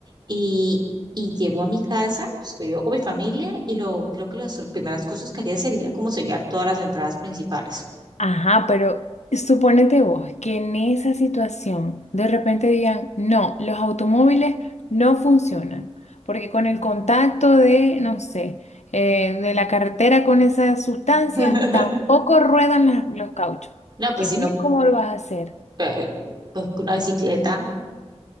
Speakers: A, on the right; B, on the left.
A: y, y llego a mi casa, pues vivo con mi familia y lo creo que las primeras cosas que haría sería como sellar todas las entradas principales.
B: Ajá, pero suponete vos que en esa situación de repente digan, no, los automóviles no funcionan, porque con el contacto de, no sé, eh, de la carretera con esa sustancia,
A: <laughs>
B: tampoco ruedan las- los cauchos.
A: No, pues
B: Dios
A: si
B: mío,
A: no,
B: ¿cómo lo vas a hacer?
A: eh, pues con una bicicleta